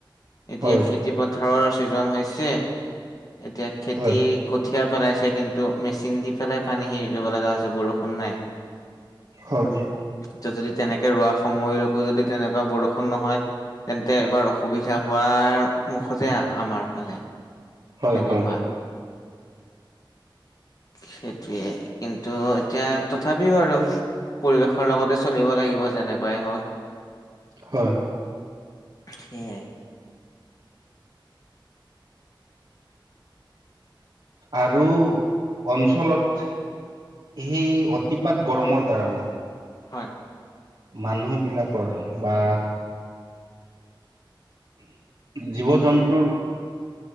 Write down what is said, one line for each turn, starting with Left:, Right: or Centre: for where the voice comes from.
Left: এতিয়া
Right: হয়
Left: খেতিপথাৰৰ ছিজন হৈছে এতিয়া খেতি
Right: হয়
Left: কঠীয়া পেলাইছে কিন্তু মেচিন দি পেলাই পানী হেৰি কৰিব লগা হৈছে বৰষুণ নাই।
Right: হয়
Left: এতিয়া যদি তেনেকে ৰোৱা সময়লৈকো যদি তেনেকুৱা বৰষুণ নহয় তেন্তে এবাৰ অসুবিধা হোৱাৰ মুখতে আমাৰ ফালে।
Right: হয়,
Left: তেনেকুৱা
Right: হয়।
Left: সেইটোৱে কিন্তু এতিয়া তথাপিও আৰু পৰিৱেশৰ লগতে চলিব লাগিব যেনেকুৱাই হয়।
Right: হয়
Left: সেয়াই
Right: আৰু অঞ্চলত সেই অতিপাত গৰমৰ কাৰণে
Left: হয়।
Right: মানুহ বিলাকৰ বা জীৱ-জন্তুৰ